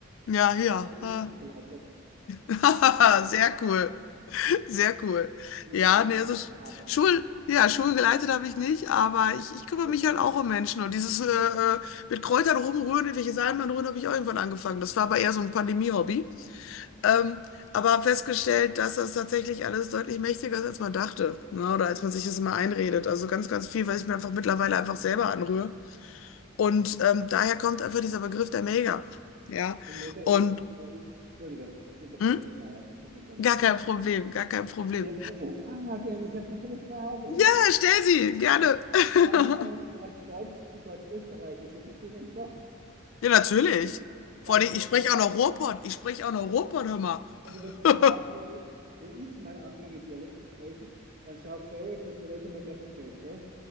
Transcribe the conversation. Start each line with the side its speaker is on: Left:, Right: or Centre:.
Left: Ja, ja.
Right: ich habe eine Schule geleitet.
Left: Ah. <laughs> Sehr cool. Sehr cool.
Right: Insofern
Left: Ja, nee, also Sch-
Right: habe,
Left: Schul, ja, Schulgeleitet habe ich nicht, aber ich, ich kümmere
Right: Gott
Left: mich
Right: sei
Left: halt
Right: Dank.
Left: auch um Menschen. Und dieses äh, äh, mit Kräutern rumrühren, irgendwelche Salmen rühren, habe ich auch irgendwann angefangen. Das war aber eher so ein Pandemie-Hobby. Ähm, aber habe festgestellt, dass das tatsächlich alles deutlich mächtiger ist, als man dachte. Ne? Oder als man sich das immer einredet. Also ganz, ganz viel, was ich mir einfach mittlerweile einfach selber anrühre. Und ähm, daher kommt einfach dieser Begriff der Mega. Ja.
Right: Und Mega ist,
Left: Und
Right: äh, ist Entschuldige, ich unterbreche
Left: hm,
Right: dauernd, das tut mir sehr leid.
Left: gar kein Problem, gar kein Problem.
Right: Ich habe so viele Fragen, ich habe so viele Fragen.
Left: Ja, stell sie, gerne. <laughs>
Right: Vor allem von Deutsch-Deutsch zu Deutsch-Österreichisch. Wir verstehen uns doch.
Left: Ja, natürlich. Vor
Right: Da ist
Left: allem,
Right: Piefke.
Left: ich spreche auch noch Ruhrpott. Ich spreche auch noch Ruhrpott, hör mal.
Right: Also wenn es
Left: <laughs>
Right: zu arg wird, wenn ich mal anfange, Dialekt zu sprechen, dann schaut es so aus, dass mir nicht einmal mehr verstehst, gell?